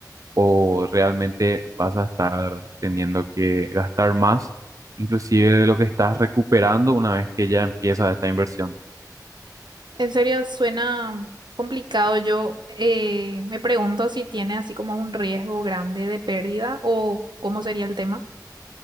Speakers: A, on the right; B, on the right.
A: o realmente vas a estar teniendo que gastar más, inclusive de lo que estás recuperando una vez que ya empieza esta inversión.
B: En serio, suena complicado. Yo eh, me pregunto si tiene así como un riesgo grande de pérdida o cómo sería el tema.